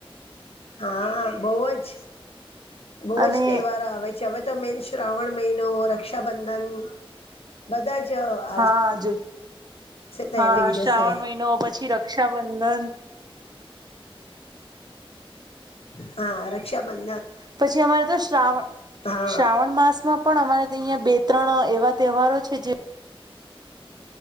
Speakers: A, on the left (about 85°); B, on the right (about 45°).
A: હા બહ જ બહજ
B: અને
A: તહેવારો આવે છે. ચવે તો મેન શ્રાવણ મહિનો રક્ષાબંધન બધા જ આવશે
B: હાજ
A: તઈ
B: હા
A: થઈ જશે
B: શ્રાવણ મહિનો પછી રક્ષાબંધન
A: હા રક્ષાબંધ
B: પછી અમારે તો શ્રાવણ
A: હા
B: શ્રાવણ માસ માં પણ અમારે અહીંયા બે ત્રણ એવા તહેવારો છે જે